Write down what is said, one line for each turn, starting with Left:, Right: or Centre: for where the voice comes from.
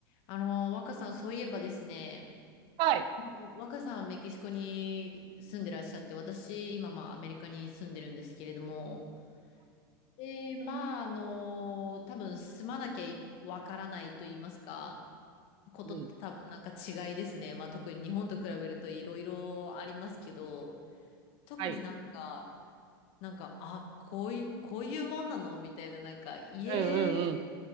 Left: あの、若さん、そういえばですね、
Right: はい。
Left: まあ、若さんはメキシコに住んでらっしゃって、私、今、まあ、アメリカに住んでるんですけれども、で、まあ、あの、多分、住まなきゃいわからないと言いますか、ことって多分、
Right: うん。
Left: なんか違いですね。まあ、特に日本と比べるといろいろありますけど、特になんか、
Right: はい。
Left: なんか、あ、こういう、こういうもんなのみたいな、なんか、家
Right: うんうんうん。